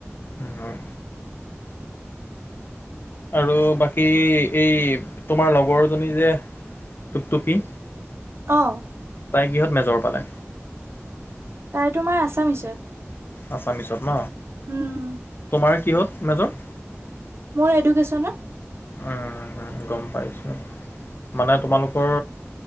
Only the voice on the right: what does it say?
অ'।
তাই তোমাৰ আছামিছত।
উম।
মোৰ এডুকেশ্যনত।